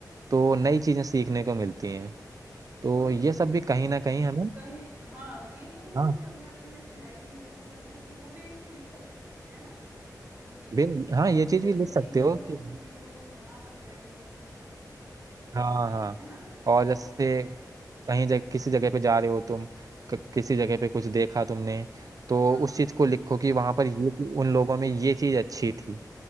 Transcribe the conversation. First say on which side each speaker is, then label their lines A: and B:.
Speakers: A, on the right; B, on the right.
A: तो नई चीज़ें सीखने को मिलती हैं तो
B: तो हम इसको
A: ये
B: भी
A: सब
B: नहीं-
A: भी कहीं ना कहीं हमें
B: कहीं हाँ तो ये सब भी हम
A: हाँ
B: फिर मैं अपनी जैसे डायरी में नोट्स बनाती हूँ तो वो भी इसमें लिख सकती हूँ है ना कि
A: बिल हाँ
B: ऐसे
A: ये
B: मिले
A: चीज़ भी लिख
B: थे मैं
A: सकते
B: इन लोगों
A: हो
B: से
A: कि
B: भी मिली हूँ यहाँ पर गई हूँ
A: हाँ हाँ
B: है ना
A: और जैसे कहीं जगह किसी जगह पे जा रहे हो तुम क- किसी जगह पे कुछ देखा तुमने तो
B: हाँ
A: उस
B: हाँ
A: चीज को लिखो कि वहां पर ये उन लोगों में ये चीज अच्छी थी